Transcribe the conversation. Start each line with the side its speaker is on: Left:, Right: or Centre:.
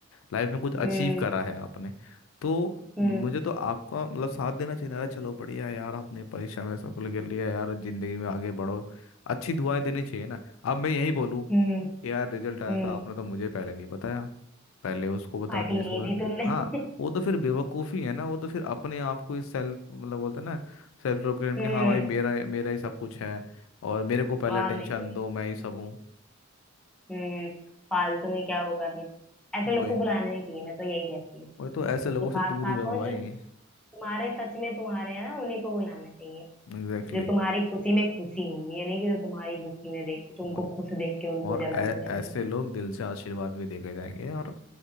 Left: लाइफ में कुछ
Centre: हम्म
Left: अचीव करा है आपने तो
Centre: हम्म
Left: मुझे तो आपका मतलब साथ देना चाहिए ना, अरे चलो बढ़िया है यार आपने परीक्षा में सफल कर लिया यार जिंदगी में आगे बढ़ो अच्छी दुआएं देनी चाहिए ना अब मैं यही बोलूं कि
Centre: हम्म
Left: यार रिजल्ट आया
Centre: हम्म
Left: था आपने तो मुझे पहले नहीं बताया पहले उसको बता
Centre: पार्टी
Left: दिया इसको
Centre: नहीं
Left: बता
Centre: दी तुमने
Left: हाँ
Centre: <laughs>
Left: वो तो फिर बेवकूफ़ी है ना वो तो फिर अपने आप को इस सेल्फ मतलब बोलते हैं ना सेल्फ प्रोक्लेम
Centre: हम्म
Left: कि हाँ भाई मेरा मेरा ही सब कुछ है और मेरे को पहले
Centre: और
Left: अटेंशन
Centre: नहीं तो क्या
Left: दो मैं ही सब हूँ
Centre: हम्म फालतू में क्या वो करना ऐसे
Left: वो
Centre: लोग
Left: है
Centre: को बुलाना नहीं चाहिए मैं तो यही कहती हूँ
Left: वो तो ऐसे लोगों
Centre: तो खास
Left: से दूर
Centre: खास
Left: ही रहो
Centre: और
Left: भाई
Centre: जो तुम्हारे सच में तुम्हारे हैं ना उन्हीं को बुलाना चाहिए
Left: एग्जैक्टली
Centre: जो तुम्हारी खुशी में खुशी हो ये नहीं कि जो तुम्हारी दुखी में देख तुमको
Left: और
Centre: खुश देख के उनको
Left: और
Centre: जलन
Left: ऐ-
Centre: होने
Left: ऐसे
Centre: लगे
Left: लोग दिल से आशीर्वाद भी देके जाएंगे और